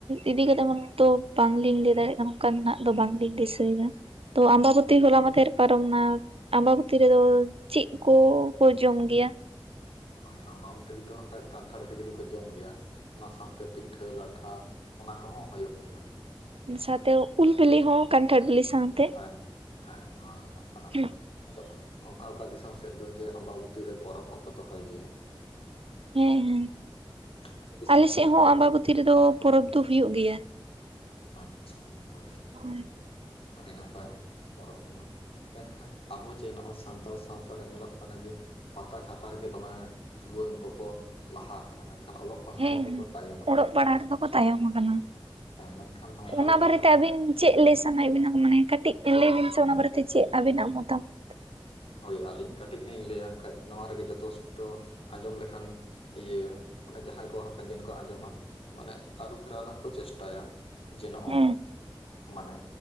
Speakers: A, on the right; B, on the left.
A: ᱤᱫᱤ ᱠᱟᱛᱮ ᱫᱚ ᱵᱟᱝᱞᱤᱧ ᱞᱟᱹᱭ ᱫᱟᱲᱮᱭᱟᱜ ᱠᱟᱱᱟ ᱚᱱᱠᱟᱱᱟᱜ ᱫᱚ ᱵᱟᱝᱞᱤᱧ ᱫᱤᱥᱟᱹᱭᱮᱫᱟ ᱛᱚ ᱟᱢᱵᱟᱵᱚᱛᱤ ᱦᱚᱞᱟ ᱢᱟᱸᱫᱷᱮᱨ ᱯᱟᱨᱚᱢᱮᱱᱟ ᱟᱢᱵᱟᱵᱚᱛᱤ ᱨᱮᱫᱚ ᱪᱤᱫ ᱠᱩ ᱠᱚ ᱡᱚᱢ ᱜᱮᱭᱟ?
B: ᱦᱳᱭ ᱟᱢᱵᱟ ᱵᱟᱛᱤ ᱨᱮᱫᱚ ᱠᱟᱹᱡ ᱠᱟᱱᱴᱷᱟᱲ ᱠᱷᱟᱹᱡᱟᱹᱲᱤ ᱠᱚ ᱡᱚᱢ ᱜᱮᱭᱟ, ᱚᱱᱟ ᱥᱟᱶᱛᱮ ᱯᱤᱴᱷᱟᱹ ᱞᱟᱴᱷᱟ ᱚᱱᱟ ᱠᱚᱦᱚᱸ ᱦᱩᱭᱩᱜ ᱜᱮᱭᱟ᱾
A: ᱤᱱᱟᱹ ᱥᱟᱶᱛᱮ ᱩᱞ ᱵᱤᱞᱤ ᱦᱚᱸ ᱠᱟᱱᱴᱷᱟᱲ ᱵᱤᱞᱤ᱾ ᱥᱟᱶᱛᱮ
B: ᱦᱳᱭ ᱦᱮ ᱱᱚᱣᱟ ᱠᱚᱫᱚ ᱥᱟᱱᱟᱢ
A: ᱦᱮᱸ
B: ᱜᱮ ᱟᱫᱚ ᱚᱠᱟ ᱚᱠᱟ ᱫᱤᱥᱚᱢ ᱥᱮᱫ ᱫᱚ ᱡᱮ ᱟᱢᱵᱟᱵᱚᱛᱤᱨᱮ ᱯᱚᱨᱚᱵᱽ ᱦᱚᱸᱠᱚ ᱫᱚᱦᱚᱭ ᱜᱮᱭᱟ᱾
A: ᱦᱮᱸ ᱦᱮᱸ
B: ᱟᱯᱮ ᱫᱤᱥᱚᱢ
A: ᱟᱞᱮᱥᱮᱫ
B: ᱥᱮᱫ ᱯᱚᱨᱚᱵᱽ
A: ᱦᱚᱸ
B: ᱠᱚ ᱦᱩᱭᱩᱜ
A: ᱟᱢᱵᱟᱵᱚᱛᱤ
B: ᱜᱮᱭᱟ?
A: ᱨᱮᱫᱚ ᱯᱚᱨᱚᱵᱽ ᱫᱚ ᱦᱩᱭᱩᱜ ᱜᱮᱭᱟ᱾
B: ᱟᱪᱪᱷᱟ ᱦᱳᱭ
A: ᱦᱳᱭ᱾
B: ᱟᱹᱰᱤ ᱱᱟᱯᱟᱭ ᱯᱚᱨᱚᱵᱽ ᱵᱩᱱ ᱢᱮᱱᱠᱷᱟᱱ ᱟᱵᱚ ᱡᱮ ᱱᱚᱜ-ᱚᱭ ᱥᱟᱱᱛᱟᱲ ᱥᱟᱶᱛᱟ ᱨᱮ ᱧᱮᱞᱚᱜ ᱠᱟᱱᱟ ᱡᱮ ᱯᱟᱛᱟ ᱪᱷᱟᱛᱟ ᱨᱮᱜᱮ ᱫᱚᱢᱮ ᱡᱩᱣᱟᱹᱱ ᱠᱚᱠᱚ ᱞᱟᱦᱟ ᱟᱠᱟᱱᱟ, ᱢᱮᱱᱠᱷᱟᱱ ᱚᱞᱚᱜ ᱯᱟᱲᱦᱟᱜ
A: ᱦᱮᱸ
B: ᱨᱮᱫᱚ ᱠᱚ ᱛᱟᱭᱚᱢ ᱟᱠᱟᱱᱟ
A: ᱚᱞᱚᱜ ᱯᱟᱲᱦᱟᱜ ᱨᱮᱫᱚ ᱠᱚ ᱛᱟᱭᱚᱢ ᱠᱟᱱᱟ,
B: ᱦᱮᱸ ᱢᱮᱱᱠᱷᱟᱱ ᱱᱚᱝᱠᱟ
A: ᱚᱱᱟ
B: ᱞᱮᱠᱟ
A: ᱵᱟᱨᱮᱛᱮ ᱟᱵᱤᱱ ᱪᱮᱫ ᱞᱟᱹᱭ ᱥᱟᱱᱟᱭᱮᱫ ᱵᱤᱱᱟ ᱢᱟᱱᱮ ᱠᱟᱹᱴᱤᱡ ᱞᱟᱹᱭ ᱵᱤᱱ ᱥᱮ ᱚᱱᱟ ᱵᱟᱨᱮᱛᱮ ᱪᱮᱫ ᱟᱵᱤᱱᱟᱜ ᱢᱚᱛᱟᱢᱚᱛ᱾
B: ᱦᱳᱭ ᱟᱹᱞᱤᱧ ᱠᱟᱹᱴᱤᱡ ᱞᱤᱧ ᱞᱟᱹᱭᱟ ᱠᱷᱟᱡ ᱱᱚᱣᱟ ᱨᱮᱜᱮ ᱡᱚᱛᱚᱥᱴᱚ ᱟᱸᱡᱚᱢ ᱞᱮᱠᱷᱟᱱ ᱤᱭᱟᱹ ᱚᱱᱮ ᱡᱟᱦᱟᱸᱭ ᱠᱚ ᱦᱟᱯᱮᱱ ᱫᱤᱱ ᱠᱚ ᱟᱸᱡᱚᱢᱟ ᱢᱟᱱᱮ ᱟᱹᱨᱩ ᱯᱷᱮᱨᱟᱣ ᱨᱮᱱᱟᱜ ᱠᱚ ᱪᱮᱥᱴᱟᱭᱟ ᱡᱮ ᱱᱚᱜ-ᱚᱭ
A: ᱦᱮᱸ
B: ᱢᱟᱱᱮ